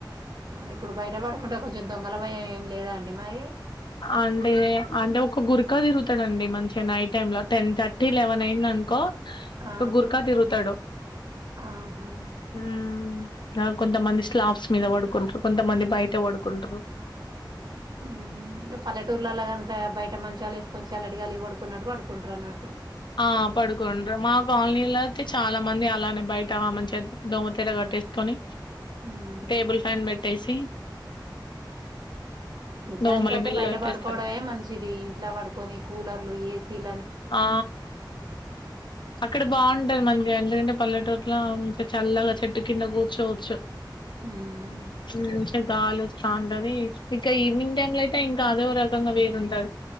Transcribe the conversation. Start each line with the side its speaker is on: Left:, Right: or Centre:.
Right: ఇప్పుడు బయట పడుకుంటే కొంచెం దొంగల భయం ఎం లేదా అండి మరి
Left: అంటే అంటే ఒక గురకా తిరుగుతాడండి మంచిగా నైట్ టైమ్ ల టెన్ థర్టీ లెవెన్ అఇందనుకో
Right: ఆ
Left: ఒక గుర్కా తిరుగుతాడు
Right: ఆహా
Left: మ్ ఆ కొంతమంది స్లాబ్స్ మీద పడుకుంట్రూ కొంతమంది బయట పడుకుంటరు
Right: హు ఇగ పల్లెటూర్లల్ల గనుక బయట మంచాలేసుకొని చల్లటిగాలికి పడుకున్నట్టు పడుకుంటారు అన్నట్టు
Left: ఆ పడుకోంట్రూ మా కాలనీల అయితే చాలా మంది అలానే బయట మంచిగా దోమతేర కట్టేసుకొని
Right: మ్మ్
Left: టేబుల్ ఫ్యాన్ పెట్టేసి
Right: నిజానికయితే
Left: దోమల బిళ్ళ
Right: బయట
Left: పెట్టేస్తారు.
Right: పడుకోవడమే మంచిది ఇంట్ల పడుకొని కూలర్లు ఏసీలు
Left: ఆ అక్కడ బాగుంటది మంచిగా ఎందుకంటే పల్లెటూర్ల మంచిగ చల్లగా చెట్టు కింద కూర్చోవచ్చు
Right: మ్మ్
Left: మ్ గాలోస్తాంటది ఇంక ఈవినింగ్ టైమ్ లో అయితే ఇంకా అదో రకంగా వేరుంటది